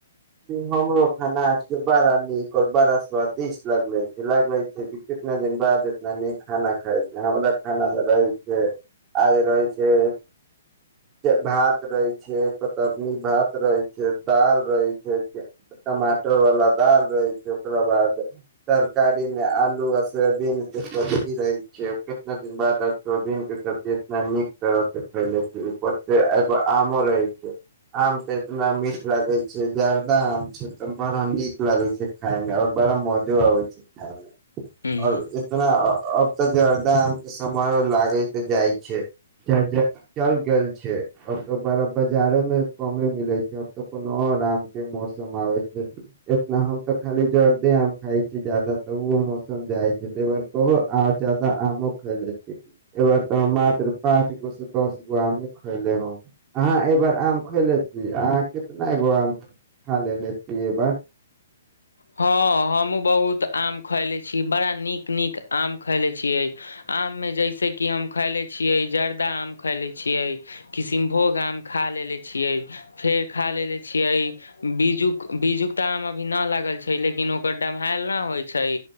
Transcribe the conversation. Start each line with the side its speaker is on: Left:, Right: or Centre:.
Right: हमरो खाना आज के बड़ा नीक आओर बड़ा स्वादिष्ट लागलै लगबै छी की कितने दिन बाद एतना निक खाना खाए छे हमरा खाना मे रहै से आज रहै छै भात रहैय छैय, कतरनी भात रहैय छैय दाल रहैय छैय। फेर जे टमाटर वाला दाल रहैय छैय, ओकरा बाद तरकारी ने आलू आ सोयबीन के सब्जी रहैय छैय आ केतना दिन बाद सोयाबिन के सब्जी एतना नीक तरह से फैलै छैय, ऊपर से एगो आमो रहैय छैय। आम से एतना मीठ लागैय छैय। जर्दा आम छैय तऽ बड़ा नीक लागैय छैय, खाय मे आओर बड़ा मौजो आबैय छैय खाय मे
Left: ह
Right: आओर एतना अब तऽ जर्दा आम के समयो लागैत जाइय छैय। च <unintelligible> चल गेल छैय, अब तऽ बड़ा बाजारो मे कमेय मिलैय छैय, अब तऽ कोनो आओर आम मौसम आबैयतै एतना हम तऽ खाली जर्दे आम खाय छियै, जादा तरऽ उहो मौसम जाइत हैतैय बर ओहो आय जादा आमो खाय लेतैय। एहिबेर तऽ मात्र पाँच गो स दस गो आमे खैयले हम अहाँ एहिबैर आम खैएले छी, अहाँ कितनागो आम खैय लेलेे छिय एहिबार।
Left: हँ हमहूँ बहुत आम खैलेय छीयै, बड़ा नीक-नीक आम खैलेय छियै। आममे जैसे कि हम खैयले छियै जर्दा आम खैयले छियै। किसिनभोग आम खाय लेलेे छियै, फेर खाय लेलेे छियै, बीजूक-बीजुकता आम अभी नय लागल छैय, लेकिन ओ ओ डम्हैल ना होइ छैय,